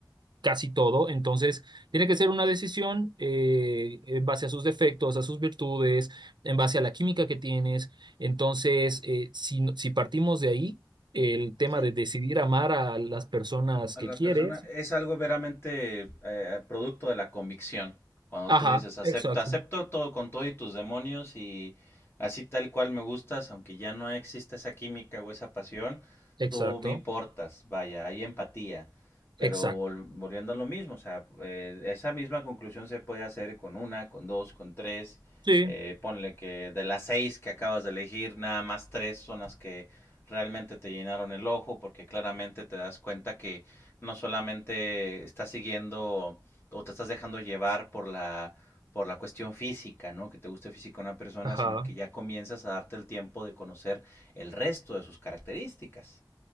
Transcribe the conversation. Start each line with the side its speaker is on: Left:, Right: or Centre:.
Right: casi todo. Entonces, tiene que ser una decisión eh, en base a sus defectos, a sus virtudes, en base a la química que tienes. Entonces, eh, si, no- si partimos de ahí, el tema
Left: Sí,
Right: de
Left: pues
Right: decidir amar a las personas
Left: a
Right: que
Left: la
Right: quieres.
Left: persona es algo veramente eh, producto de la convicción. Cuando
Right: Ajá,
Left: tú dices, acepto,
Right: exacto,
Left: acepto todo con todo y tus demonios y así tal cual me gustas, aunque ya no exista esa química o esa pasión,
Right: exacto,
Left: tú me importas, vaya, hay empatía. Pero
Right: exacto.
Left: vol- volviendo a lo mismo, o sea, eh, esa misma conclusión se puede hacer con una, con dos, con tres.
Right: Sí,
Left: Eh, ponle que de las seis que acabas de elegir, nada más tres son las que realmente te llenaron el ojo, porque claramente te das cuenta que no solamente estás siguiendo o te estás dejando llevar por la, por la cuestión física, ¿no? Que te guste física una persona,
Right: ajá,
Left: sino que ya comienzas a darte el tiempo de conocer el resto de sus características.